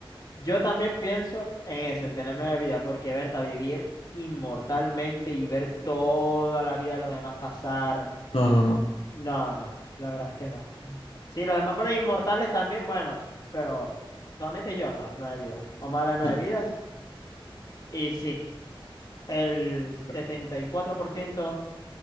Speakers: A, on the left (about 40°); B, on the left (about 80°).
A: Yo también pienso en eso, en tener nueve vidas, porque Berta, vivir inmortalmente y ver toda la vida de los demás pasar,
B: No, no, no.
A: no, no, la verdad es que no. Si los demás fueran inmortales también, bueno, pero solamente yo, no, nueve vidas. Vamos a las nueve
B: No,
A: vidas. Y sí, el 74%